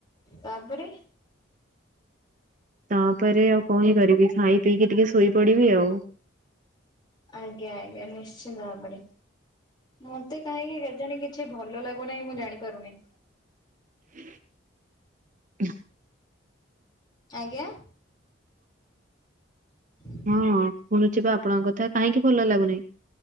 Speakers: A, on the left (about 25°); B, on the right (about 40°).
A: ତାପରେ।
B: ତାପରେ ଆଉ କଣ ହିଁ କରିବି ଖାଇ ପିଇକି ଟିକେ ଶୋଇପଡିବି ଆଉ।
A: ଆଜ୍ଞା ଆଜ୍ଞା ନିଶ୍ଚିନ୍ତ ଭାବରେ ମତେ କାହିଁକି କେଜାଣି କିଛି ଭଲ ଲା ପୁଣି ମୁଁ ଜାଣିପାରୁନି।
B: <inaudible> ହ
A: ଆଜ୍ଞା। <inaudible>
B: ହଁ ଶୁଣୁଛି ପା ଆପଣଙ୍କ କଥା କାହିଁକି ଭଲ ଲାଗୁନାଇ?